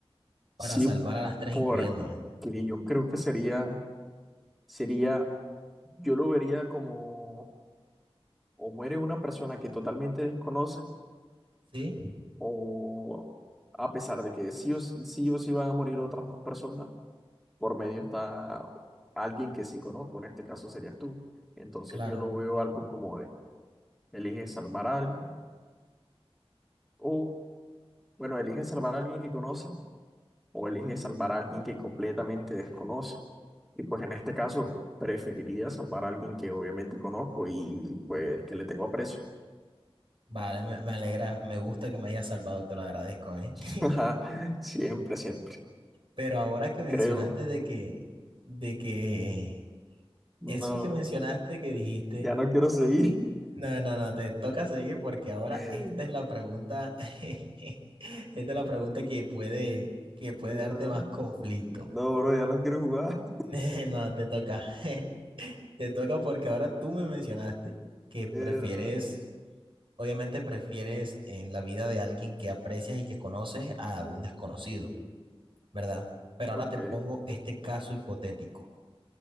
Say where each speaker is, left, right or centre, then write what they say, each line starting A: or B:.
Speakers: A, on the right (about 60°); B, in the centre.
A: para
B: Sí,
A: salvar a las tres,
B: porque
A: incluyéndome.
B: yo creo que sería, sería, yo lo vería como o muere una persona que totalmente desconoce,
A: ¿Sí?
B: o a pesar de que sí o s- sí, o sí van a morir otras dos personas, por medio está alguien que sí conozco, en este caso serías tú. Entonces
A: Claro.
B: yo lo veo algo como de, elige salvar a alguien, o bueno, elige salvar a alguien que conoce, o elige salvar a alguien que completamente desconoce. Y pues en este caso preferiría salvar a alguien que obviamente conozco y pues que le tengo aprecio.
A: Vale, me, me alegra, me gusta que me hayas salvado, te lo agradezco, ¿eh?
B: <laughs>
A: <laughs>
B: Siempre, siempre,
A: Pero ahora que mencionaste
B: creo.
A: de que, de que,
B: No.
A: eso que mencionaste que dijiste,
B: Ya no quiero seguir.
A: no, no, no, te toca seguir porque ahora
B: <laughs>
A: esta es la pregunta, <laughs> esta es la pregunta que puede, que puede
B: Mierda.
A: darte más conflicto.
B: No, bro, ya no quiero jugar.
A: <laughs> No, te toca, <laughs> te toca porque ahora tú me mencionaste que prefieres
B: Mierda.
A: obviamente prefieres en la vida de alguien que aprecias y que conoces a un desconocido, ¿verdad? Pero ahora
B: Ok,
A: te pongo este caso hipotético.